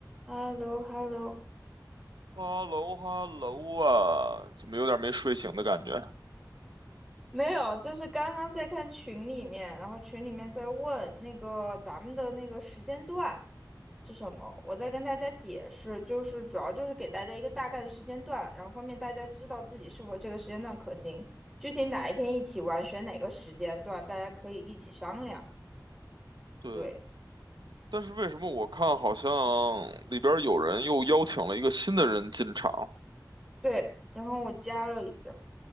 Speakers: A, in the centre; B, on the right.
A: h e l l o h e l l o
B: 哈喽哈喽啊，怎么有点没睡醒的感觉？
A: 没有，就是刚刚在看群里面，然后群里面在问那个咱们的那个时间段是什么，我在跟大家解释，就是主要就是给大家一个大概的时间段，然后方便大家知道自己是否这个时间段可行，具体哪一天一起玩，选哪个时间段，大家可以一起商量。
B: 对，
A: 对
B: 但是为什么我看好像里边有人又邀请了一个新的人进场？
A: 对，然后我加了已经。